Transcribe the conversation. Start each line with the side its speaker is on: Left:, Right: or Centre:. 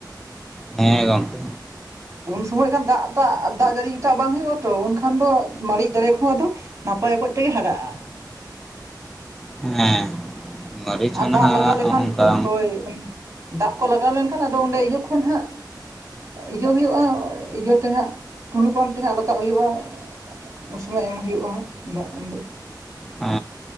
Centre: ᱦᱮᱸ ᱜᱚᱝᱠᱮ
Right: ᱩᱱ ᱥᱚᱢᱚᱭ <unintelligible> ᱫᱟᱜ ᱫᱟᱜ ᱫᱟᱜ ᱡᱟᱹᱲᱤ ᱴᱟᱜ ᱵᱟᱝ ᱦᱩᱭᱩᱜᱼᱟ᱾ ᱛᱚ ᱩᱱᱠᱷᱟᱱ ᱫᱚ ᱢᱟᱹᱲᱤᱡ ᱫᱟᱨᱮ ᱠᱚ ᱟᱫᱚ ᱱᱟᱯᱟᱭ ᱚᱠᱚᱡ ᱛᱮᱜᱮ ᱦᱟᱲᱟᱜᱼᱟ᱾
Centre: ᱦᱮᱸ ᱢᱟᱹᱨᱤᱪ
Right: <unintelligible>
Centre: ᱦᱚᱸ ᱱᱟᱦᱟᱜ
Right: ᱫᱟᱜ ᱞᱟᱜᱟᱣ ᱞᱮᱠᱷᱟᱱ
Centre: ᱚᱱᱠᱟ
Right: ᱛᱚ ᱦᱳᱭ ᱫᱟᱜ ᱠᱚ ᱞᱟᱜᱟᱣ ᱞᱮᱱᱠᱷᱟᱱ ᱟᱫᱚ ᱚᱸᱰᱮ ᱤᱭᱟᱹ ᱠᱷᱚᱱ ᱦᱟᱸᱜ, ᱤᱭᱟᱹ ᱦᱩᱭᱩᱜᱼᱟ ᱤᱭᱟᱹ ᱛᱮ ᱦᱟᱸᱜ ᱴᱩᱞᱩ ᱯᱟᱢᱯ ᱛᱮ ᱦᱟᱸᱜ ᱨᱟᱠᱟᱵ ᱦᱩᱭᱩᱜᱼᱟ ᱾ ᱩᱱ ᱥᱚᱢᱚᱭ ᱮᱢ ᱦᱩᱭᱩᱜᱼᱟ ᱦᱟᱸᱜ ᱫᱟᱜ ᱫᱚ
Centre: ᱦᱟ